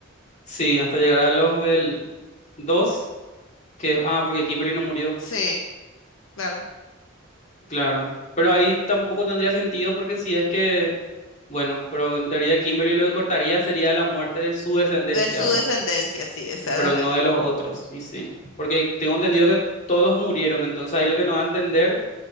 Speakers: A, on the left; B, on the left.
A: sí, hasta llegar a los del dos Que, ah, porque Kimberly no murió,
B: Sí, claro.
A: claro. Pero ahí tampoco tendría sentido porque si es que, bueno, pero en teoría Kimberly lo que cortaría sería la muerte de su descendencia,
B: De su
A: ¿verdad?
B: descendencia, sí, exactamente.
A: Pero no de los otros, y sí. Porque tengo entendido que todos murieron, entonces ahí lo que nos va a entender,